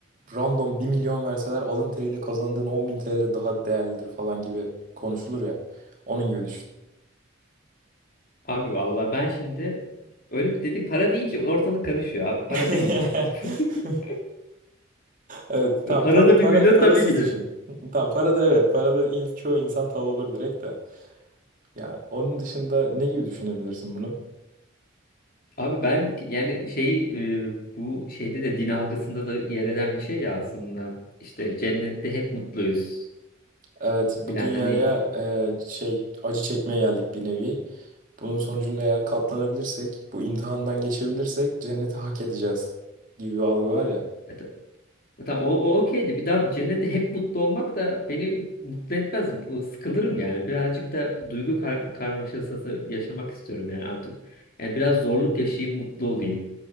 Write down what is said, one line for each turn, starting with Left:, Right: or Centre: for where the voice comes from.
Right: random bir milyon verseler alın teriyle kazandığın on bin TL daha değerlidir falan gibi konuşulur ya. Onun gibi düşün.
Left: Abi valla ben şimdi öyle bir dedik para deyince ortalık karışıyor abi.
Right: <laughs>
Left: Para demeyeceksin. <laughs>
Right: Evet tamam
Left: Parada
Right: pa- para
Left: bir milyon
Right: parasız
Left: tabii ki de.
Right: düşün. <laughs> Tamam para da evet para da in- çoğu insan tav olur direkt de. Ya onun dışında ne gibi düşünebilirsin bunu?
Left: Abi ben yani şeyi e, bu şeyde de din algısında da yer eden bir şey ya aslında. İşte cennette hep mutluyuz
Right: Evet bu
Left: filan
Right: dünyaya
Left: hani
Right: e, şey acı çekmeye geldik bir nevi. Bunun sonucunda eğer katlanabilirsek, bu imtihandan geçebilirsek cenneti hak edeceğiz gibi bir algı var ya.
Left: e, ta- e, tamam o, o okeydi. Bir daha bir cennette hep mutlu olmak da beni mutlu etmez. Bu- Sıkılırım yani. Birazcık da duygu kar karmaşası yaşamak istiyorum yani artık. Yani biraz zorluk yaşayayım, mutlu olayım.